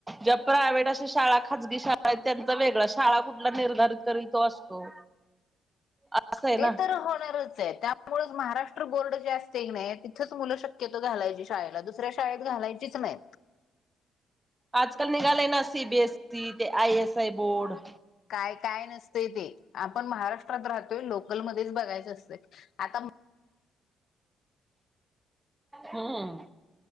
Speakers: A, on the right; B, on the left.
A: ज प्रायव्ट अ शा खाजगी शाळा आहेत, त्यांचा वेगळ शाळा कुठला निर्धारित करल तो असतो. असं आहे ना
B: ते तर होणारच आहे, त्यामुळेच महाराष्ट्र. बोर्ड जे असते की, नाही तिथच मुलं शक्यत घालायची शाळेला दुसऱ्या शाळेत घालायचीच नाही.
A: आजकल निघाले ना सी बीएसई ते आयएस आय बोर्ड.
B: काय काय नसते ते आपण महाराष्ट्रात राहतोय लोकल मध्येच बघायचं असत आता.
A: हम